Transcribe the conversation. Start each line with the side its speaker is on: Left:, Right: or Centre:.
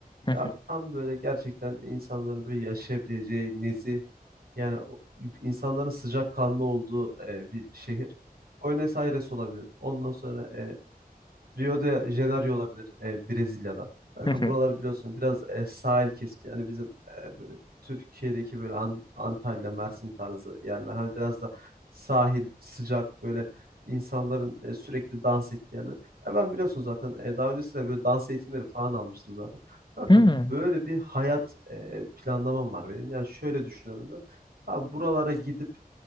Left: Hı
Right: Ya
Left: hı,
Right: tam böyle gerçekten insanların böyle yaşayabileceği nezih yani o- insanların sıcakkanlı olduğu e, bir şehir. Buenos Aires olabilir. Ondan sonra e, Rio de Janeiro olabilir e, Brezilya'da. Bakın
Left: hı hı.
Right: buralar biliyorsun biraz e, sahil kesimi. Yani bizim e, böyle Türkiye'deki böyle An- Antalya, Mersin tarzı yerler. Hani biraz da sahil, sıcak böyle insanların e, sürekli dans ettiği yerler. Ya ben biliyorsun zaten e, daha öncesinde böyle dans eğitimleri falan almıştım zaten. Bakın
Left: Hmm,
Right: böyle bir hayat e, planlamam var benim. Yani şöyle düşünüyorum ben. Abi buralara gidip